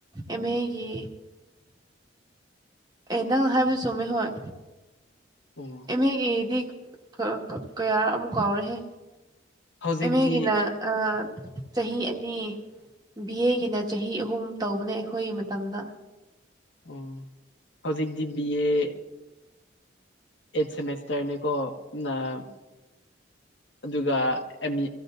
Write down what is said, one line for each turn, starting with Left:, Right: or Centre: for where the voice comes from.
Right: ꯑꯦꯝ ꯑꯦꯒꯤ ꯑꯦ ꯅꯪ ꯍꯥꯏꯕꯗꯣ ꯆꯨꯝꯃꯦ ꯍꯣꯏ
Left: ꯑꯣ
Right: ꯑꯦꯝ ꯑꯦꯒꯤꯗꯤ ꯀ ꯀ ꯀꯌꯥꯔ ꯑꯃꯨꯛ ꯀꯥꯎꯔꯦꯍꯦ
Left: ꯍꯧꯖꯤꯛꯇꯤ
Right: ꯑꯦꯝ ꯑꯦꯒꯤꯅ ꯑ ꯆꯍꯤ ꯑꯅꯤ ꯕꯤ ꯑꯦꯒꯤꯅ ꯆꯍꯤ ꯑꯍꯨꯝ ꯇꯧꯕꯅꯦ ꯑꯩꯈꯣꯏꯒꯤ ꯃꯇꯝꯗ
Left: ꯑꯣ ꯍꯧꯖꯤꯛꯗꯤ ꯕꯤ ꯑꯦ ꯑꯩꯠ ꯁꯦꯃꯦꯁꯇꯔꯅꯦꯀꯣ ꯎꯅꯞ ꯑꯗꯨꯒ ꯑꯦꯝꯃꯤ